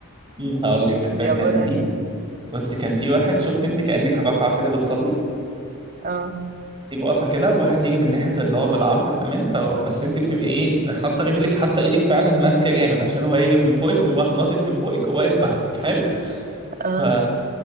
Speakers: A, on the right; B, on the right.
A: م. هقول لك
B: دي
A: كانت
B: عبارة
A: دي
B: عن ايه
A: بس كان في واحد شفت انت كانك راكعه كده بتصلي
B: اه
A: تبقى واقفه كده وواحد يجي من ناحيه اللي هو بالعرض تمام فبس انت بتبقى ايه حاطه رجلك حاطه ايدك فعلا ماسكه جامد عشان هو هيجي من فوقك وقوم راح ناطط من فوقك وواقف بعدك حلو
B: اه
A: ف